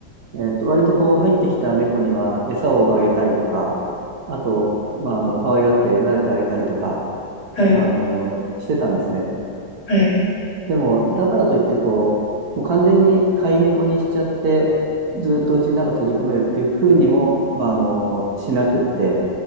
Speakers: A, on the right (about 60°); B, on the left (about 65°).
A: えっと、割とこう入ってきた猫には餌をあげたりとか、あと、まあ、あの、可愛がって撫でてあげたりとか、
B: はい
A: あの、してたんですね。
B: はい
A: でも、だからといってこう、もう完全に飼い猫にしちゃって、ずっとうちの中閉じ込めるっていうふうにも、まあ、あの、しなくって、